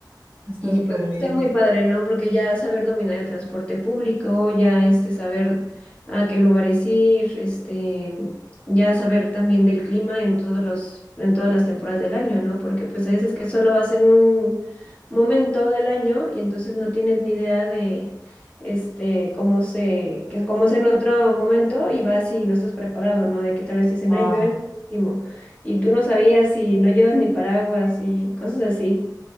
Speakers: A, on the right (about 25°); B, on the left (about 15°).
A: está
B: Y
A: súper
B: pues
A: bien.
B: está muy padre, ¿no? Porque ya saber dominar el transporte público, ya este saber a qué lugares ir, este, ya saber también del clima en todos los, en todas las temporadas del año, ¿no? Porque pues hay veces que solo vas en un momento del año y entonces no tienes ni idea de este cómo se, que cómo es en otro momento y vas y no estás preparado, ¿no? De que tal vez te dicen,
A: Ah,
B: ay, llueve muchísimo", y tú no sabías y no llevas ni paraguas y cosas así.